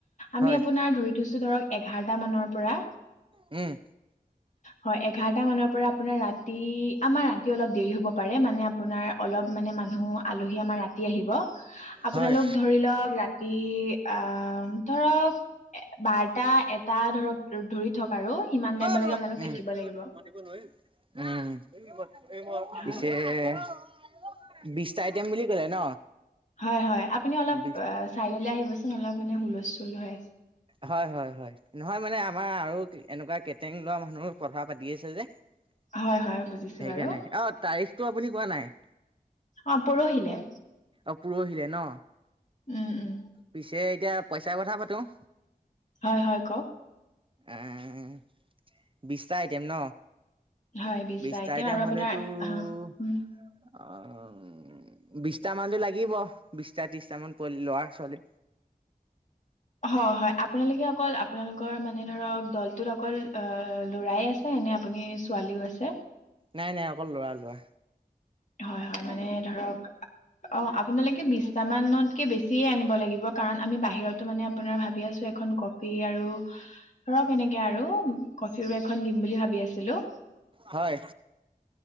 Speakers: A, on the left (about 50°); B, on the right (about 35°).
A: আমি
B: হয়,
A: আপোনাৰ ধৰি থৈছো ধৰক এঘাৰটা মানৰ- পৰা
B: উম'
A: হয় এঘাৰটা মানৰ পৰা আপোনাৰ ৰাতি আমাৰ ৰাতি অলপ দেৰি হ'ব পাৰে, মানে আপ- পোনাৰ অলপ মানে মানুহ আলহী আমাৰ ৰাতি আহিব। আপোনালোক
B: হয়।
A: ধৰি লওঁক ৰাতি আহ ধৰক, - এ বাৰটা এটা ধৰক ধৰি থক আৰু সিমান টাইমলেকে
B: উম,
A: আপোনালোক থাকিব লাগিব।
B: পিছে-
A: হয়
B: বিশটা আইটম বুলি ক'লে ন?
A: হয় হয়, আপুনি অলপ
B: বিশ
A: অ চাইদলে আহিবচোন, অলপ মানে হুলস্থুল হৈ আছে।
B: হয় হয় হয়, নহয় মানে আমাৰ আৰু এনেকুৱা কেটং লোৱা মানুহ- কথা পাতি আছে যে সেইকাৰণে,
A: হয় হয় বুজিছো বাৰু
B: অঁ' তাৰিখটো আপুনি কোৱা নাই।
A: অঁ' প'ৰহিলে।
B: অ' পুৰহিলে ন,
A: উম উম
B: পিছে এতিয়া পইচাৰ কথা পাতো।
A: হয় হয়, কওঁক।
B: এঁএ বিছটা আইটেম ন।
A: হয় বিশটা
B: বিছটা আইটেম
A: আৰু
B: হ'লেতো-
A: আপোনাৰ হা উম
B: অঁও বিছটামানটো লাগিব বিছটা ত্ৰিছটা মান প ল'ৰা ছোৱালী।
A: হয় হয়, আপোনালোকে অকল আপোনালোকৰ মানে ধৰক দলটোত অকল- ল'ৰাই আছে, নে আপুনি ছোৱালীও আছে?
B: নাই নাই অকল ল'ৰা ল'ৰা।
A: হয় হয়, মানে ধৰক, - অঁ' আপোনালোকে বিছটা মানতকে বেছিয়ে আনিব লাগিব, কাৰণ আমি বাহিৰত- টো মানে আপোনাৰ ভাবি আছো এখন কপি আৰু- ধৰক, সেনেকে আৰু কফিৰো এখন দিম বুলি ভাবি আছিলো।
B: হয়।